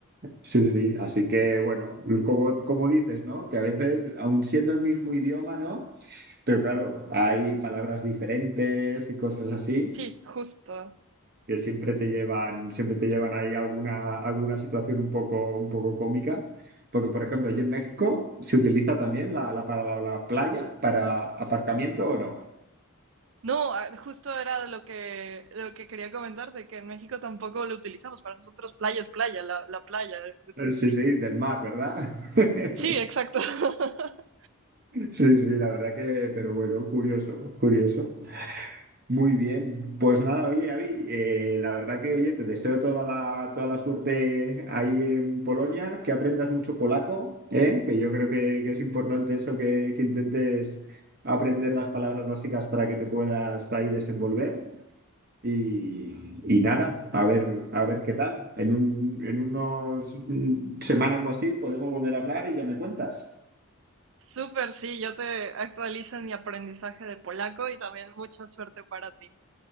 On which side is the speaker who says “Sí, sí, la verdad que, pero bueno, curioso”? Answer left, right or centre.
Right